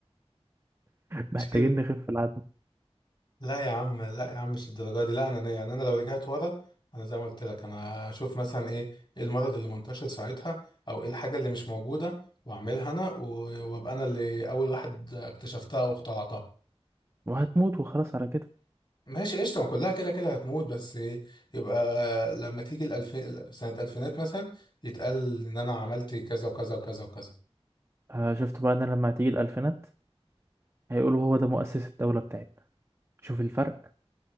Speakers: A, on the right; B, on the left.
A: محتاجين
B: مش كده
A: نخف في العدد
B: لا يا عم لا يا عم مش الدرجة دي لا انا يعني انا لو رجعت ورا انا زي ما قلت لك انا هشوف مثلا ايه ايه المرض اللي منتشر ساعتها او ايه الحاجة اللي مش موجودة واعملها انا و- وابقى انا اللي اول واحد اكتشفتها واخترعتها
A: وهتموت وخلاص على كده
B: ماشي قشطة ما كلها كده كده هتموت بس إيه، يبقى لما تيجي الألف... سنة ألفينات مثلا يتقال إن أنا عملت كذا وكذا وكذا وكذا
A: آه شفت بقى ان لما هتيجي الألفينات هيقولوا هو ده مؤسس الدولة بتاعتنا شوف الفرق